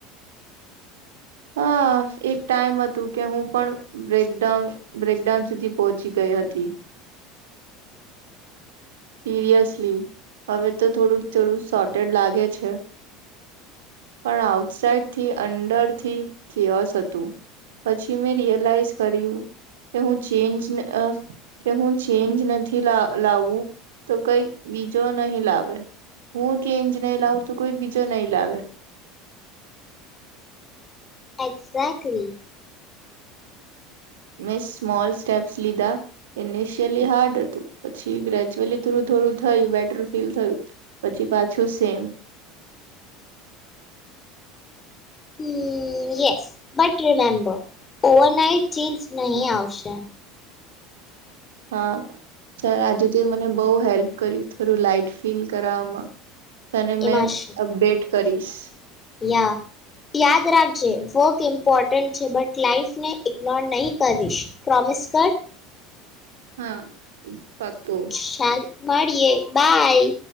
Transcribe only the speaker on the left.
એક્ઝેક્ટલી
હમ્મ હ yes but remember overnight change નહીં આવશે
એમાં શું
યા યાદ રાખજે ઇમ્પોર્ટન્ટ છે બટ લાઈફ ને ઇગ્નોર નહીં કરીશ પ્રોમિસ કર
ચાલ મળીએે. બાય.